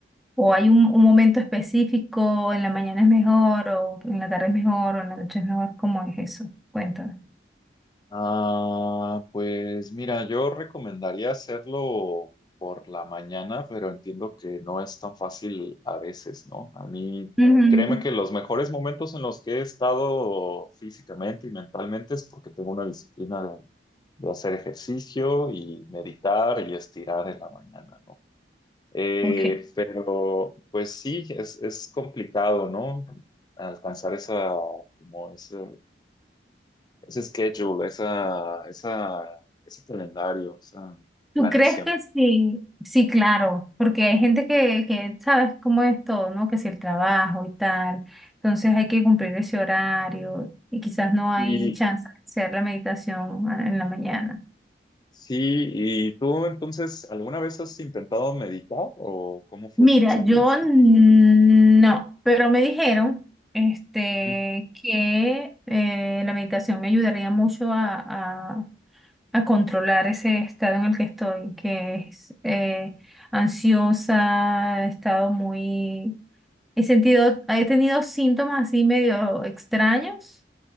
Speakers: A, in the centre; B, on the left (about 25°).
A: ¿O hay un, un momento específico, en la mañana es mejor, o en la tarde es mejor, o en la noche es mejor? ¿Cómo es eso? Cuéntame.
B: Ah, pues mira, yo recomendaría hacerlo por la mañana, pero entiendo que no es tan fácil a veces, ¿no? A mí,
A: Ujú.
B: créeme que los mejores momentos en los que he estado físicamente y mentalmente es porque tengo una disciplina de, de hacer ejercicio y meditar y estirar en la mañana, ¿no? Eh,
A: Ok.
B: pero pues sí, es, es complicado, ¿no? Alcanzar esa, como ese ese schedule, esa, esa, ese calendario, esa
A: ¿Tú
B: planeación.
A: crees que sí? Sí, claro, porque hay gente que, que sabes cómo es todo, ¿no? Que si el trabajo y tal, entonces hay que cumplir ese horario y quizás no hay
B: Y
A: chance de hacer la meditación a- en la mañana.
B: sí, ¿y tú entonces alguna vez has intentado meditar o cómo fue
A: Mira,
B: tu experiencia?
A: yo no, pero me dijeron este,
B: Ujú,
A: que eh, la meditación me ayudaría mucho a, a controlar ese estado en el que estoy, que es eh, ansiosa, he estado muy... He sentido, he tenido síntomas así medio extraños.